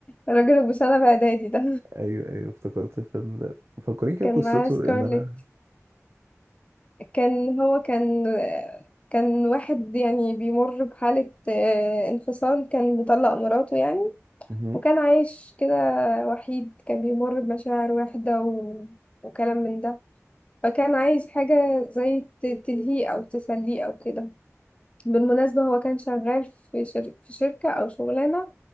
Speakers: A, on the left; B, on the right.
A: الراجل ابو سنة بإعدادي ده
B: ايوه ايوه افتكرت الفيلم ده فكرني كده
A: كان
B: بقصته
A: معاه سكارلت
B: لان انا
A: كان هو كان كان واحد يعني بيمر بحالة آه، انفصال كان مطلق مراته يعني
B: مهم.
A: وكان عايش كده وحيد كان بيمر بمشاعر واحدة و... وكلام من ده فكان عايز حاجة زي ت- تلهيه أو تسليه أو كده بالمناسبة هو كان شغال في شر... في شركة أو شغلانة